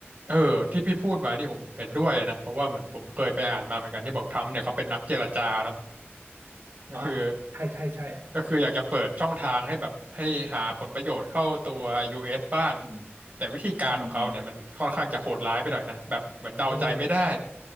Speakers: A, on the right; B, on the right.
A: เออที่พี่พูดมานี่ผมเห็นด้วยนะเพราะว่าเหมือนผมเคยไปอ่านมาเหมือนกันที่บอกทรัมป์เนี่ยเขาเป็นนักเจรจาเนาะก็คือ
B: อ๋อใช่ใช่ใช่
A: ก็คืออยากจะเปิดช่องทางให้แบบให้หาผลประโยชน์เข้าตัว US บ้าง
B: อืม
A: แต่วิธีการของเขาเนี่ยมันค่อนข้างจะโหดร้ายไปหน่อยนะแบบเหมือนเดาใจไม่ได้
B: อืมอืมคือ